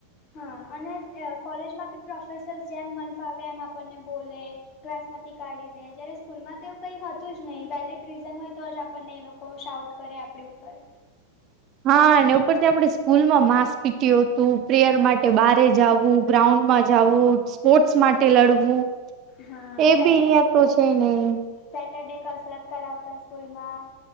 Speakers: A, on the left; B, on the right.
A: હા અને અ કોલેજમાં બી પ્રોફેસર જેમ મન ફાવે એમ આપણને બોલે. ક્લાસ માંથી કાઢી દે જયારે સ્કૂલ માં તો કંઈ હતું જ નહીં વેલીડ રીઝન હોય તો જ આપણને એ લોકો બહુ શાઉટ કરે, આપણી ઉપર-
B: હા, ને ઉપરથી આપણે સ્કૂલ માં માસ પીટી હતું, પ્રેયર માટે બારે જાવુ. ગ્રાઉન્ડમાં જવું, સ્પોર્ટ્સ માટે લડવું.
A: હા
B: એ
A: સેટ
B: બી અહિયાં તો છે નહીં.
A: સેટરડે કસરત કરાવતા સ્કૂલ માં,